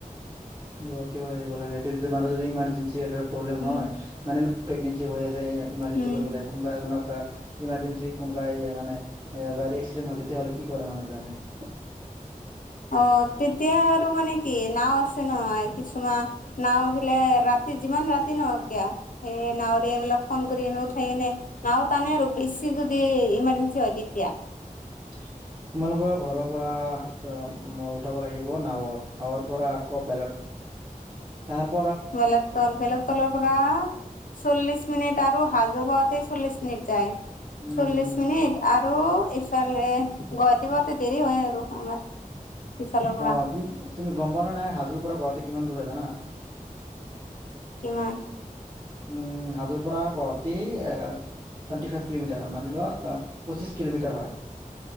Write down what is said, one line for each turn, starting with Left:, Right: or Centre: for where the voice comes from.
Right: গ হৈ আহিব লাগে তেতিয়া মানুহ যদি ইমাৰজেঞ্চি এটা প্ৰব্লেম
Left: উম
Right: হয় মানে প্ৰেগনেঞ্চি হৈ আহ যে ইমাৰ্জেঞ্চি
Left: উম
Right: কৰিব লাগে কোনোবা এজনক ইমাৰ্জেঞ্চি কোনোবাই মানে এক্সিডেট হল তেতিয়াহলে কি কৰে মানুহ বিলাকে? <unintelligible>
Left: অ তেতিয়া আৰু মানে কি নাও আছে নহয়। কিছুমান নাও গলে ৰাতি যিমান ৰাতি নহ কিয়া সেই নাৱৰে লগ ফন কৰিকিনে উঠাই কিনে নাও টানে আৰু বছ যদি ইমাৰজেন্ঞ্চি হয় তেতিয়া
Right: <unintelligible> তোমালোকৰ ঘৰৰ পৰা উঠাব লাগিব নাৱত নাৱৰ পৰা আকৌ তাৰপ
Left: বেলেগ তল বেলেগ তলৰ পৰা চল্লিশ মিনিট আৰু হাজু বা চল্লিশ মিনিট যায়
Right: উম
Left: চল্লিশ মিনিট আৰু ইফালে গুৱাহাটী দেৰি হয় আৰু আমাৰ ইফালৰ পৰা
Right: অ তুম তুমি গম পানে নাই হাজোৰ পৰা গুৱাহাাটী কিমান দূৰ হয় জানা?
Left: কিমান?
Right: উম হাজোৰ পৰা গুৱাহাটী এ টুৱেন্টি ফাইভ কিলমিটাৰ মান লোৱা পঁচিছ কিলোমিটাৰ হয়